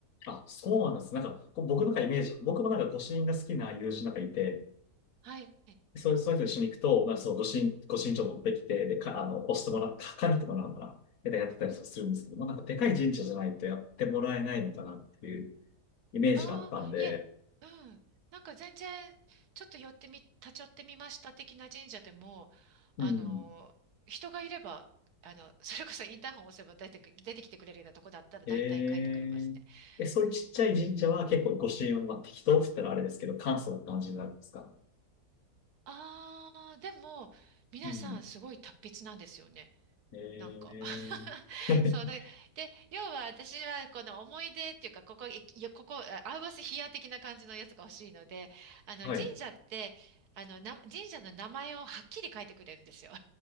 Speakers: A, on the left; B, on the right.
A: あ、そうなんです。なんか、こう僕のなんかイメージ、僕もなんかご主人が好きな友人なんかいて、
B: はい。
A: そういう、そういう人と一緒に行くと、まあ、その、ご身、ご身長持ってきて、で、か、あの、押してもらった、管理とかなのかなで、やってたりするんですけど、まあ、なんか、でかい神社じゃないとやってもらえないのかなっていうイメージがあったんで、
B: ああ、いえ、うん。なんか全然、ちょっと寄ってみ、立ち寄ってみました的な神社でも、
A: うん。
B: あの人がいれば、あの、それこそインターホン押せば出てく、出てきてくれるようなとこだったら大体書いてくれますね。
A: えー、え、そういうちっちゃい神社は結構ご支援は、
B: うん。
A: まあ、適当って言ったらあれですけど、簡素な感じになるんですか
B: ああ、でも、皆さんすごい達筆なんですよね。
A: うん。えー、
B: なんか <laughs>
A: <laughs>
B: そうだ。で、要は私はこの思い出っていうか、ここ、いいやここ、あアウバスヒア的な感じのやつが欲しいので、あの、
A: はい。
B: 神社って、あの、な、神社の名前をはっきり書いてくれるんですよ。